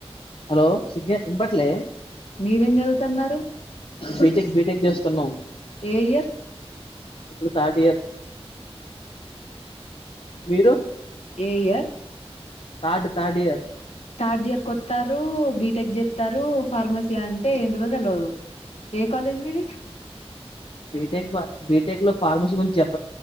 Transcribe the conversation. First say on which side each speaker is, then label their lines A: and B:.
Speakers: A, on the left (about 55°); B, on the left (about 70°).
A: హలో సిగే వినపట్లే
B: మీరేం చదువుతున్నారు
A: బీటెక్ బీటెక్ చేస్తున్నాం
B: ఏ ఇయర్
A: ఇప్పుడు థర్డ్ ఇయర్ మీరు
B: ఏ year
A: third third year
B: third year కు వస్తారూ బీటెక్ చేస్తారూ ఫార్మసీ అంటే ఏంటిదో తెలవదు ఏ కాలేజ్ మీది
A: బీటెక్ మా బీటెక్ లో ఫార్మసీ గురించి చెప్ప